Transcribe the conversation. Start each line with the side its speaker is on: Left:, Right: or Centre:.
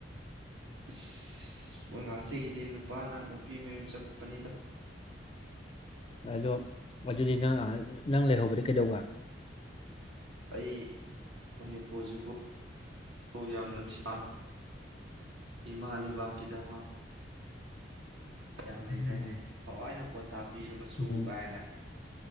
Right: ꯑꯁ ꯋꯥꯉꯥꯁꯤꯒꯤꯗꯤ ꯅꯨꯄꯥꯅ ꯅꯨꯄꯤ ꯃꯌꯨꯝ ꯆꯠꯄꯅꯤꯗ
Left: ꯑꯗꯣ ꯑꯗꯨꯗꯤ ꯅꯪ ꯅꯪ ꯂꯩꯍꯧꯕꯗꯤ ꯀꯩꯗꯧꯕ
Right: ꯑꯩ ꯃꯅꯤꯄꯨꯔꯁꯤꯕꯨ ꯍ ꯌꯥꯝ ꯅ ꯁ ꯏꯃꯥ ꯂꯩꯩ ꯀꯤꯗꯃ ꯌꯥꯝ ꯂꯩꯖꯅꯦ
Left: ꯎꯝ
Right: ꯍꯅ ꯄꯊꯥ ꯄꯤꯔꯕꯁꯨ
Left: ꯎꯝ
Right: ꯀꯥꯏꯅ